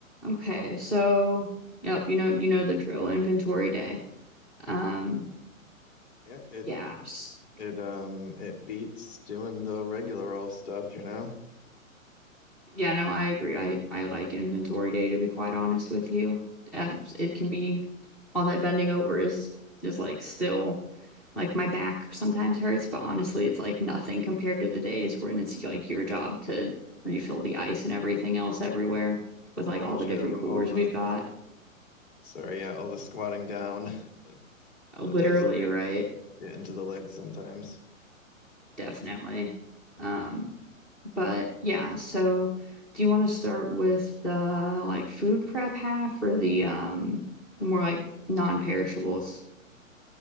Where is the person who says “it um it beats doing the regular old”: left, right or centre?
Left